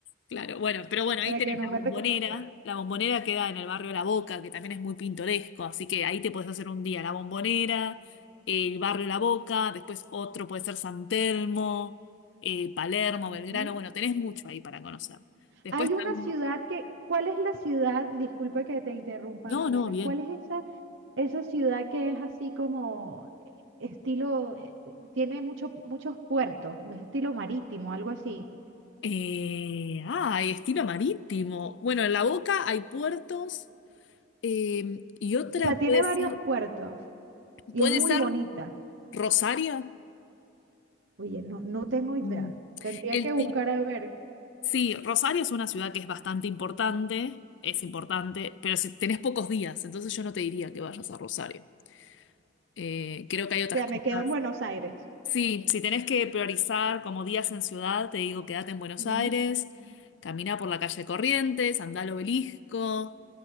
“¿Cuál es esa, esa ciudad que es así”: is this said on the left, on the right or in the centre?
Right